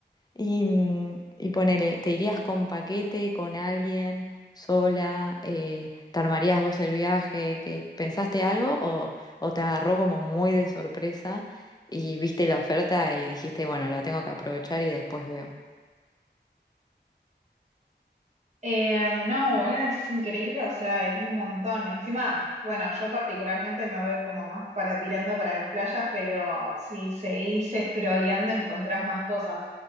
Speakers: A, on the left (about 20°); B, on the right (about 40°).
A: Y, mm, y ponele, ¿te irías con paquete, con alguien, sola? Eh, ¿te armarías vos el viaje? ¿Qué- pensaste algo o, o te agarró como muy de sorpresa y viste la oferta y dijiste, bueno, la tengo que aprovechar y después veo?
B: Eh, no, hola, es increíble, o sea, hay un montón. Encima, bueno, yo particularmente me voy como más para tirando para las playas, pero si seguís scrolleando encontrás más cosas.